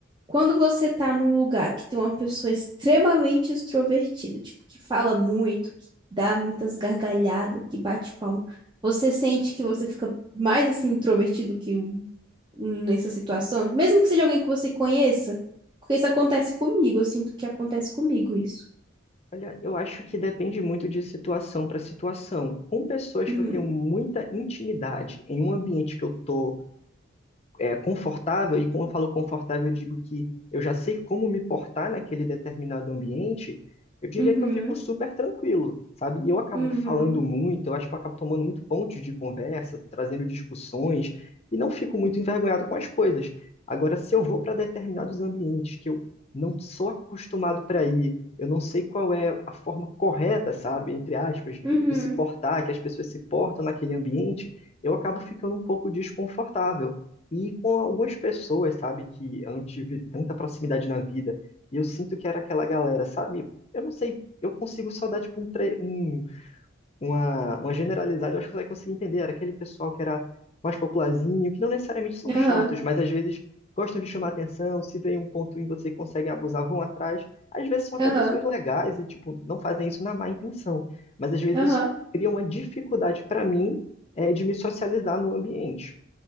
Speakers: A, on the right; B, on the left.
A: Quando você tá num lugar que tem uma pessoa extremamente extrovertida, tipo, que fala muito, que dá muitas gargalhadas, que bate palma, você sente que você fica mais assim introvertido que o- nessa situação, mesmo que seja alguém que você conheça, porque isso acontece comigo, eu sinto que acontece comigo isso.
B: Olha, eu acho que depende muito de situação para situação. Com pessoas
A: Uhum,
B: que eu tenho muita intimidade, em um ambiente que eu estou é, confortável, e quando eu falo confortável, eu digo que eu já sei como me portar naquele determinado ambiente, eu diria
A: uhum,
B: que eu fico super tranquilo, sabe? E eu acabo
A: uhum,
B: falando muito, eu acho que eu acabo tomando muito pontos de conversa, trazendo discussões, e não fico muito envergonhado com as coisas. Agora, se eu vou para determinados ambientes que eu não sou acostumado para ir, eu não sei qual é a forma correta, sabe, entre aspas,
A: uhum,
B: de se portar, que as pessoas se portam naquele ambiente, eu acabo ficando um pouco desconfortável. E com algumas pessoas, sabe, que eu não tive tanta proximidade na vida. E eu sinto que era aquela galera, sabe? Eu não sei, eu consigo só dar, tipo, um, tre- um- uma, uma generalizada, eu acho que você vai conseguir entender. Era aquele pessoal que era mais popularzinho, que não necessariamente são chatos,
A: aham,
B: mas às vezes gostam de chamar atenção, se vê um ponto em você e conseguem abusar, vão atrás. Às vezes são até
A: aham,
B: pessoas legais e, tipo, não fazem isso na má intenção. Mas às vezes
A: aham.
B: isso cria uma dificuldade para mim, eh, de me socializar no ambiente.